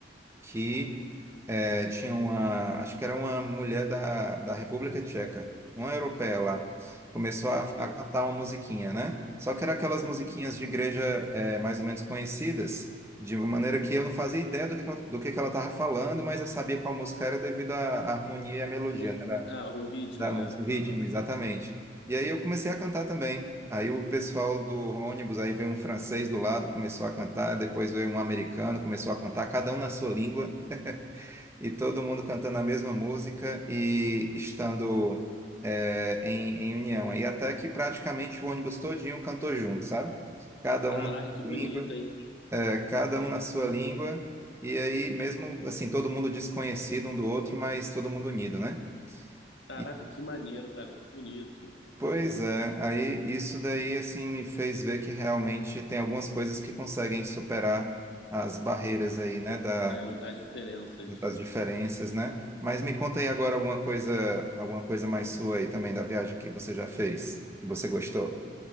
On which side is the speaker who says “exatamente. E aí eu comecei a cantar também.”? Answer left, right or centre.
Right